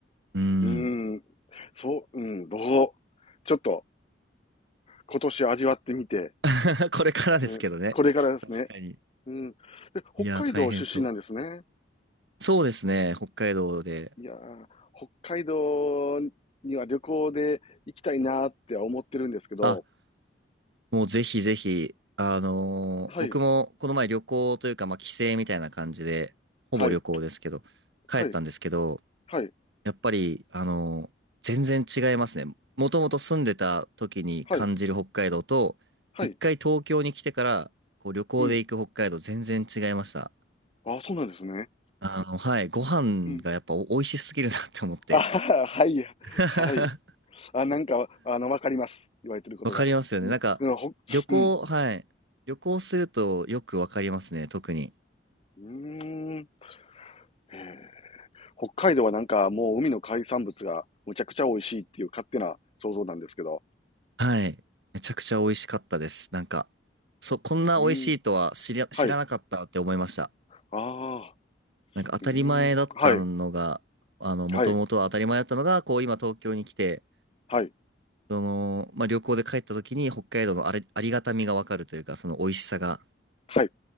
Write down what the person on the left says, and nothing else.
ーん。そう、うん。どうちょっと、今年味わってみて、
うんこれからですね。
うん。で、北海道出身なんですね。
いやー、北海道には旅行で行きたいなーって思ってるんですけど、
はい、
はい、
はい、はい、
はい、はい、
うん。あ、そうなんですね。
うん。あはは、はい、
はい。あ、なんか、あの、わかります。言われてることが。
うん、
うんほ、
うん。
うーん。へえ北海道はなんかもう海の海産物がむちゃくちゃ美味しいっていう勝手な想像なんですけど。
うん。
はい。ああ、
うーん、はい、
はい、
はい、
はい。う